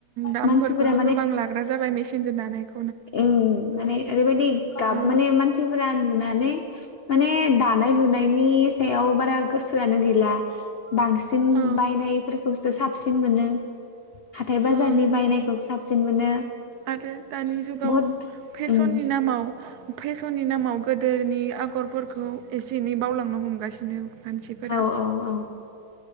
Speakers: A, on the right; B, on the left.
A: दामफोरखौबो
B: मानसिफोरा
A: गोबां लाग्रा जाबाय मेसिनजों दानायखौ
B: ओम माने ओरैबायदि गाब
A: औ
B: माने मानसिफोरा नुनाय नानै माने दानाय लुनायनि सायाव बारा गोसोआनो गैला बांसि जों
A: औ
B: बायनायफोरखौसो साबसिन मोनो हाथाय बाजारनि
A: ओं
B: बायनायखौसो साबसिन मोनो
A: आरो दानि जुगाव
B: बहुद
A: फेशननि
B: उम
A: नामाव फेशननि नामाव गोदोनि आगरफोरखौ एसे एनै बावलांनो हमगासिनो मानसिफोरा
B: औ औ औ